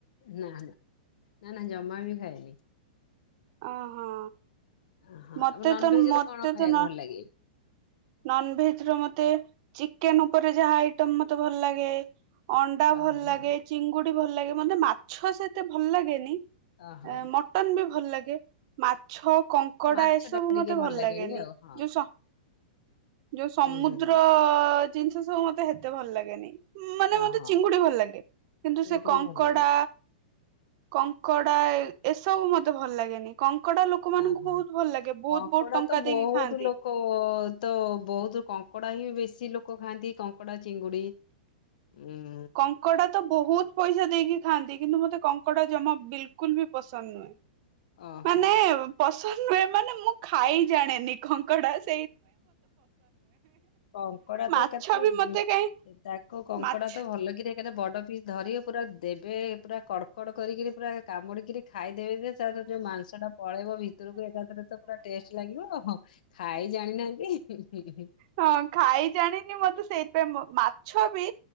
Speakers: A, on the left; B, on the right.
A: ନା ନା ନା ନା ଜମା ବି ଖାଇନି।
B: ଓ ହଁ।
A: ଓହୋ
B: ମତେ
A: ଆଉ ନନଭେଜ
B: ତ ମତେ
A: ର କଣ ଖାଇବାକୁ
B: ତ ନ
A: ଭଲ ଲାଗେ?
B: ନନଭେଜ ର ମତେ ଚିକେନ ଉପରେ ଯାହା ଆଇଟମ ମତେ ଭଲ ଲାଗେ। ଅଣ୍ଡା
A: ଓହୋ
B: ଭଲ ଲାଗେ ଚିଙ୍ଗୁଡି ଭଲ ଲାଗେ ମତେ ମାଛ ସେ ଏତେ ଭଲ ଲାଗେନି
A: ଓହୋ
B: ଆ ମଟନ୍ ବି ଭଲ ଲା ରେ ମାଛ କଙ୍କଡା
A: ମାଛ
B: ଏସବୁ
A: ଟା ଟିକେ
B: ମତେ ଭଲ ଲାଗେନି
A: ଆଉ ହଁ
B: ଯୋଉ ଯୋଉ ସମୁଦ୍ର
A: ଉୁଁ ହୁଁ
B: ଜିନିଷ ସବୁ ମତେ ହେତେ ଭଲ ଲାଗେନି। ମାନେ
A: ଅହୋ
B: ମତେ ଚିଙ୍ଗୁଡି ଭଲ ଲାଗେ କିନ୍ତୁ
A: ଚିଙ୍ଗୁଡି
B: ସେ କଙ୍କଡା
A: ଭଲ ଲାଗେ।
B: କଙ୍କଡା ଏସବୁ ମଧ୍ୟ ତ ଭଲ ଲାଗେନି। କଙ୍କଡା ଲୋକମାନଙ୍କୁ
A: ଆହୋ
B: ବହୁତ ଭଲ ଲାଗେ ବହୁତ
A: କଙ୍କଡା
B: ବହୁତ ଟଙ୍କା
A: ତ
B: ଦେଇକି
A: ବହୁତ
B: ଖାଆନ୍ତି
A: ଲୋକ ତ ବହୁତ କଙ୍କଡା ହିଁ ବେଶୀ କିଛି ଲୋକ ଖାଆନ୍ତି କଙ୍କଡା ଚିଙ୍ଗୁଡି ଉ
B: କଙ୍କଡ଼ା ତ ବହୁତ ପଇସା ଦେଇକି ଖାଆନ୍ତି କିନ୍ତୁ ମତେ କଙ୍କଡା ଜମା ବିଲକୁଲ ବି ପସନ୍ଦ ନୁହେଁ।
A: ଓହୋ
B: ମାନେ ପସ ସନ୍ଦ ନୁହେଁ ମୁଁ ଖାଇ ଜାଣେନି। କଙ୍କଡ଼ାସ
A: କଙ୍କଡା ତ
B: ମାଛ
A: ଏକାଥରେ
B: ବି ମତେ କାହିଁ
A: ତାକୁ କଙ୍କଡା
B: ମାଛ
A: ତ ଭଲ କିରି ଏକାଥ ବଡ ପି ଧରିବ ପୁରା ଦେବେ ପୁରା କଡ଼କଡ କରିକିରି ପୁରା କାମୁଡିକିରି ଖାଇ ଦେବେ ଯେ ତାର ଯୋଉ ମାଂସ ଟା ପଳେଇବ ଭିତରକୁ ଏକାଥରେ ତ ପୁରା ଟେଷ୍ଟ କି ଲାଗିବଁ ହଁ ଖାଇ ଜାଣିନାହାନ୍ତି ହୁଁ ହୁଁ
B: ହଁ ଖାଇ ଜାଣିନି ମତେ ସେଇଥିପାଇଁ ମାଛ ଥବି